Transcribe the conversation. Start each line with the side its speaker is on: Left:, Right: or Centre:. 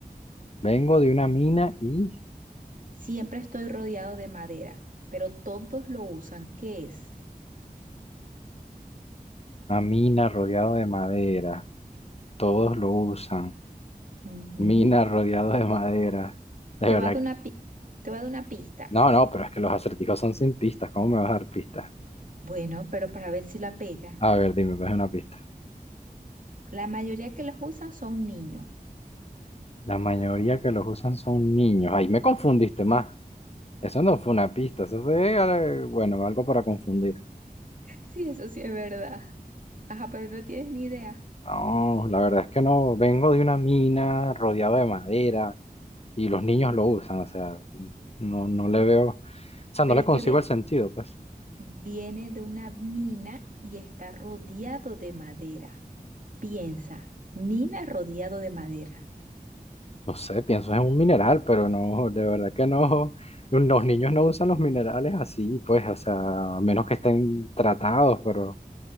Left: Vengo de una mina y
Right: Siempre estoy rodeado de madera, pero todos lo usan. ¿Qué es?
Left: una mina rodeado de madera. Todos lo usan.
Right: Ujú.
Left: Mina rodeado de madera. De
Right: Te
Left: verdad
Right: voy a dar una pi- te voy a dar una pista.
Left: No, no, pero es que los acertijos son sin pistas. ¿Cómo me vas a dar pistas?
Right: Bueno, pero para ver si la pega.
Left: A ver, dime, pues una pista.
Right: La mayoría que los usan son niños.
Left: La mayoría que los usan son niños. Ahí me confundiste más. Eso no fue una pista, eso fue, eh, bueno, algo para confundir.
Right: <laughs> Sí, eso sí es verdad. Ajá, pero no tienes ni idea.
Left: No, la verdad es que no. Vengo de una mina rodeado de madera y los niños lo usan. O sea, no, no le veo, o sea,
Right: Pero
Left: no le
Right: es
Left: consigo
Right: que ve,
Left: el sentido, pues.
Right: viene de una mina y está rodeado de madera. Piensa, mina rodeado de madera.
Left: No sé, pienso en un mineral, pero no, de verdad que no. Los niños no usan los minerales así, pues, o sea, a menos que estén tratados, pero...